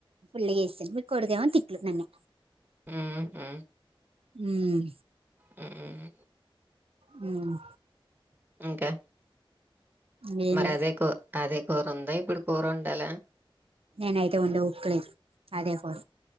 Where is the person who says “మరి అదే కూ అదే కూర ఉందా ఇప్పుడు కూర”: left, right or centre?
Right